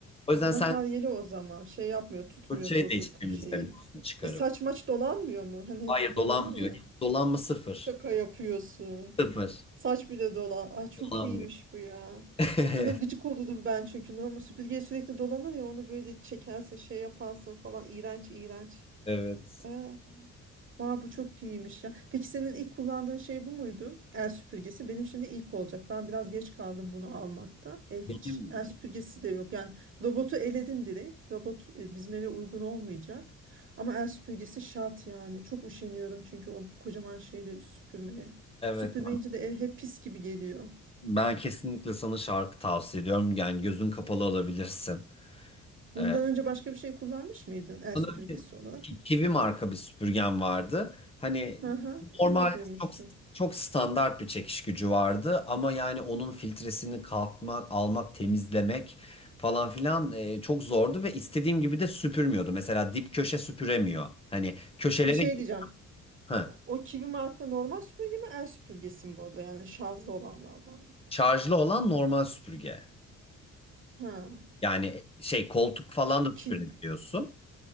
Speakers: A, on the left (about 20°); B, on the right (about 40°).
A: O yüzden
B: Materyali
A: sen
B: o zaman. Şey yapmıyor, tutmuyor
A: fırçayı
B: tozup
A: da hiç temizlemiyorsun
B: şeyi.
A: çıkarıp.
B: E saç maç dolanmıyor mu? Hani
A: Hayır
B: hepsi dolanır
A: dolanmıyor.
B: ya.
A: Dolanma sıfır.
B: Şaka yapıyorsun.
A: Sıfır.
B: Saç bile dolan. Ay çok
A: Dolanmıyor.
B: iyiymiş bu ya.
A: <laughs>
B: Ona gıcık olurdum ben çünkü normal süpürge sürekli dolanır ya onu böyle çekersin şey yaparsın falan iğrenç iğrenç.
A: Evet.
B: Ee, Aa, bu çok iyiymiş ya. Peki senin ilk kullandığın şey bu muydu? El süpürgesi. Benim şimdi ilk olacak. Ben biraz geç kaldım bunu almakta. E, hiç
A: Benim
B: el süpürgesi de yok. Yani robotu eledim direkt. Robot e, bizim eve uygun olmayacak. Ama el süpürgesi şart yani. Çok üşeniyorum çünkü o kocaman şeyle süpürmeye.
A: evet
B: Süpürmeyince de ev hep pis gibi geliyor.
A: ben kesinlikle sana şarkı tavsiye ediyorum. Yani gözün kapalı alabilirsin.
B: Bundan
A: Ee,
B: önce başka bir şey kullanmış mıydın el
A: ondan
B: süpürgesi
A: önce
B: olarak?
A: Ki- Kivi marka bir süpürgem vardı. Hani
B: Hı hı,
A: normal
B: onu da duymuştum.
A: çok çok standart bir çekiş gücü vardı ama yani onun filtresini kalkmak, almak, temizlemek falan filan e, çok zordu ve istediğim gibi de süpürmüyordu. Mesela dip köşe süpüremiyor. Hani köşelere
B: Bir şey diyeceğim.
A: Ha,
B: O, o kivi marka normal süpürge mi el süpürgesi mi o da yani şarjlı olanlardan mıydı?
A: şarjlı olan normal süpürge.
B: Ha.
A: Yani şey koltuk falan
B: Ki,
A: da
B: ki.
A: süpürebiliyorsun.